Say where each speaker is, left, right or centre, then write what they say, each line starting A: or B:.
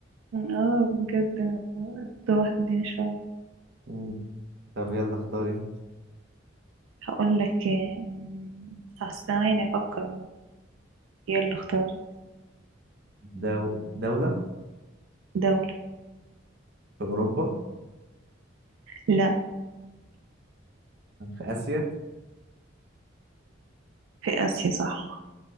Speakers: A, on the right (about 85°); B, on the right (about 55°).
A: اه بجد أنا توهت الدنيا شوية
B: مم. طب يلا اختاري
A: هقول لك آم، أصل ثواني افكر بقى يلا اختار
B: دو... دولة
A: دولة
B: في اوروبا
A: لا
B: في اسيا
A: في آسيا صح